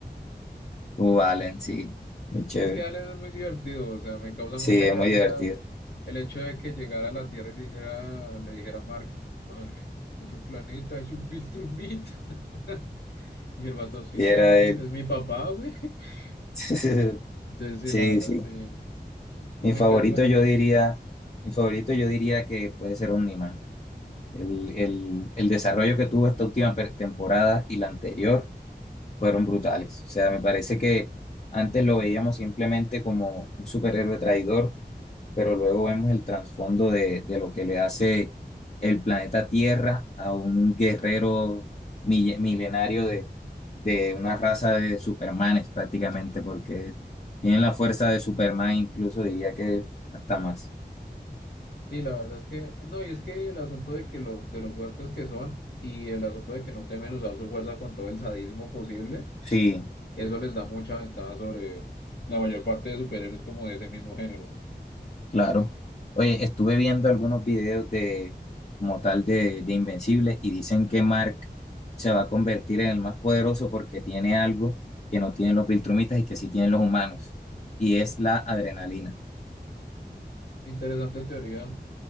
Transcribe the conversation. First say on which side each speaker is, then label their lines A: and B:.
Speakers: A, on the left (about 40°); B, on the left (about 70°).
A: Uh, Allen, sí, muy chévere.
B: Es que Alien es muy divertido, o sea, me causa
A: Sí,
B: mucha
A: es
B: gracia
A: muy divertido.
B: el hecho de que llegara a la Tierra y dijera, le dijera a Mark, Mark, en tu planeta hay un Viltrumita. <laughs> Y el vato, sí,
A: Y
B: pues
A: era
B: es mi,
A: él.
B: es mi papá, güey. <laughs>
A: <laughs>
B: Entonces, sí,
A: Sí,
B: la verdad,
A: sí.
B: sí,
A: Mi
B: me
A: favorito
B: encanta ese personaje.
A: yo diría, mi favorito yo diría que puede ser Omniman. El, el, el desarrollo que tuvo esta última per- temporada y la anterior fueron brutales. O sea, me parece que antes lo veíamos simplemente como un superhéroe traidor. pero luego vemos el trasfondo de, de lo que le hace el planeta Tierra a un guerrero mille- milenario de, de una raza de Supermanes prácticamente, porque tienen la fuerza de Superman, incluso diría que hasta más.
B: Sí, la verdad es que, no, y es que el asunto de que lo, de lo fuertes que son y el asunto de que no temen usar su fuerza con todo el sadismo posible,
A: Sí.
B: eso les da mucha ventaja sobre la mayor parte de superhéroes como de ese mismo género.
A: Claro. Oye, estuve viendo algunos videos de, como tal, de, de Invencible y dicen que Mark se va a convertir en el más poderoso porque tiene algo que no tienen los Viltrumitas y que sí tienen los humanos. Y es la adrenalina.
B: Interesante teoría.